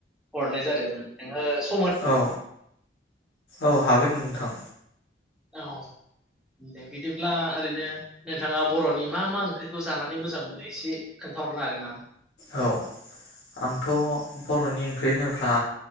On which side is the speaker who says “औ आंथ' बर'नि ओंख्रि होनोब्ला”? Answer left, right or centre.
Left